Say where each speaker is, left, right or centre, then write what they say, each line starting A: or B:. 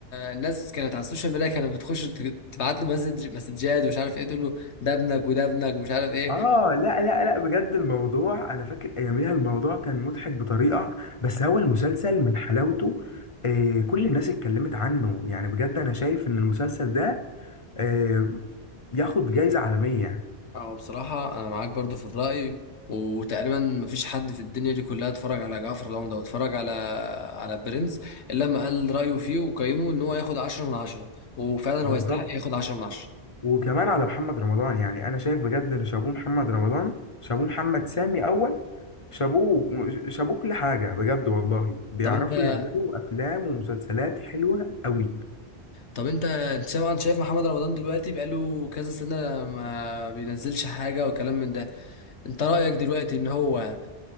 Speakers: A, on the left; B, on the left.
A: الناس كانت على السوشيال ميديا كانت بتخش تبعت له مسج مسجات ومش عارف إيه تقول له ده ابنك وده ابنك ومش عارف إيه
B: آه لا لا لا بجد الموضوع أنا فاكر أياميها الموضوع كان مضحك بطريقة بس هو المسلسل من حلاوته آه كل الناس اتكلمت عنه يعني بجد أنا شايف إن المسلسل ده آه ياخد جايزة عالمية
A: اه بصراحة أنا معاك برضو في الرأي وتقريبا مفيش حد في الدنيا دي كلها اتفرج على جعفر العمدة واتفرج على على برنس إلا لما قال رأيه فيه وقيمه إن هو ياخد عشرة من عشرة وفعلا
B: بالظبط
A: هو يستحق ياخد عشرة من عشرة
B: وكمان على محمد رمضان يعني انا شايف بجد ان شابوه محمد رمضان شابوه محمد سامي اول شابوه شابوه كل حاجه بجد والله بيعرفوا
A: طب أنت
B: يعملوا افلام ومسلسلات حلوه قوي
A: طب أنت أنت طبعا شايف محمد رمضان دلوقتي بقاله كذا سنة ما بينزلش حاجة وكلام من ده أنت رأيك دلوقتي إن هو